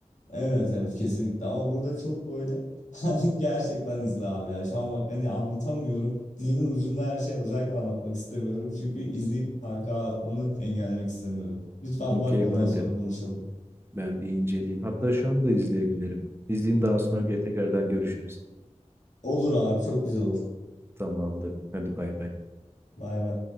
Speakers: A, on the left; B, on the right.
A: Evet evet kesinlikle ama burada çok böyle <laughs> hani gerçekten izle abi ya şu an bak hani anlatamıyorum dilimin ucunda her şeyi özellikle anlatmak istemiyorum çünkü izleyip kahkaha atmanı engellemek istemiyorum lütfen
B: Okey
A: bak ondan
B: madem.
A: sonra konuşalım
B: Ben bir inceleyeyim. Hatta şu anda izleyebilirim. İzleyeyim daha sonra gö- tekrardan görüşürüz.
A: olur abi çok güzel olur
B: Tamamdır. Hadi bay bay.
A: bay bay